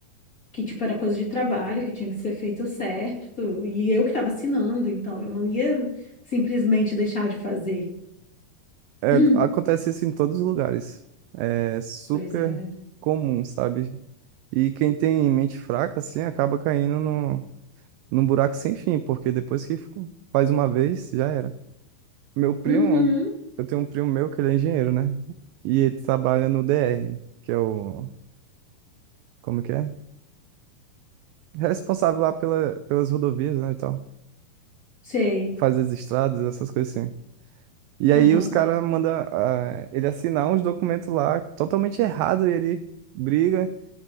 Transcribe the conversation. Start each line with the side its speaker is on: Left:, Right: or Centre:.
Left: Que tipo era coisa de trabalho, que tinha que ser feito certo. E eu que tava assinando, então eu não ia simplesmente deixar de fazer.
Right: É,
Left: <clears throat>
Right: acontece isso em todos os lugares. É super
Left: Pois é.
Right: comum, sabe? E quem tem mente fraca, assim, acaba caindo no, num buraco sem fim, porque depois que faz uma vez, já era. Meu primo,
Left: Uhum.
Right: eu tenho um primo meu que ele é engenheiro, né? E ele trabalha no DR, que é o, como que é? Responsável lá pela, pelas rodovias, né, e tal.
Left: Sei.
Right: Faz as estradas, essas coisas assim. E aí
Left: Aham.
Right: os caras mandam ele assinar uns documentos lá totalmente errado e ele briga